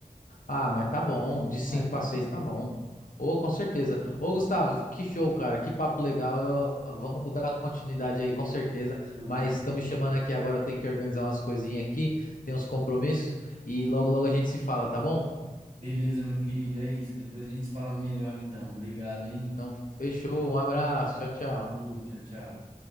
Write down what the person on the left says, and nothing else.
Ah, mas tá bom. De cinco
para
6
tá bom. Ô, com certeza. Ô, Gustavo, que show, cara. Que papo legal. Eu- Vamos dar continuidade aí, com certeza.
Mas estão me chamando aqui agora. Eu tenho que organizar umas coisinhas aqui. Tem uns compromissos. E logo, logo a gente se fala, tá bom?
Então, fechou. Um abraço. Tchau, tchau.